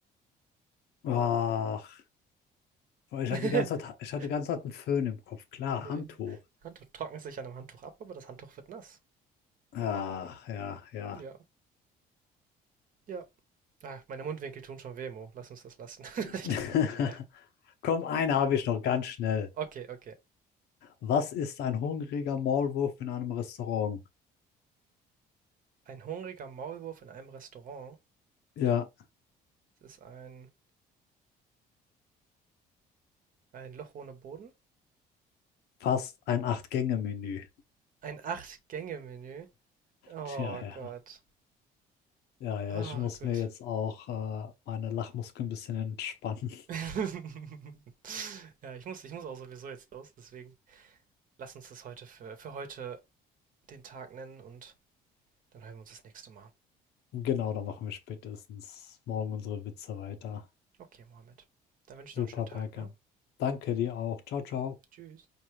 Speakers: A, on the left; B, on the right.
A: Ach, Boah, ich
B: <laughs>
A: hatte die ganze Zeit, ich hatte die ganze Zeit einen Föhn im Kopf. Klar,
B: Nee,
A: Handtuch.
B: Handtuch trocknet sich an einem Handtuch ab, aber das Handtuch wird nass.
A: Ach, ja, ja.
B: Ja, ja. Ah, meine Mundwinkel tun schon weh, Mo. Lass uns das lassen. <laughs>
A: <laughs>
B: Ich kann das nicht mehr.
A: Komm, eine habe ich noch ganz schnell.
B: Okay, okay.
A: Was ist ein hungriger Maulwurf in einem Restaurant?
B: Ein hungriger Maulwurf in einem Restaurant.
A: Ja,
B: Das ist ein, ein Loch ohne Boden.
A: fast ein Acht-Gänge-Menü.
B: Ein Acht-Gänge-Menü. Oh
A: Tja, ja.
B: Gott.
A: Ja, ja,
B: Ah,
A: ich muss
B: oh, gut.
A: mir jetzt auch äh, meine Lachmuskeln ein bisschen entspannen. <laughs>
B: <laughs> Ja, ich muss, ich muss auch sowieso jetzt los, deswegen lass uns das heute für, für heute den Tag nennen und dann hören wir uns das nächste Mal.
A: Genau, da machen wir spätestens morgen unsere Witze weiter.
B: Okay, Mohammed. Dann wünsche
A: Super,
B: ich noch einen schönen
A: Berkan.
B: Tag, ne?
A: Danke dir auch. Ciao, ciao.
B: Tschüss.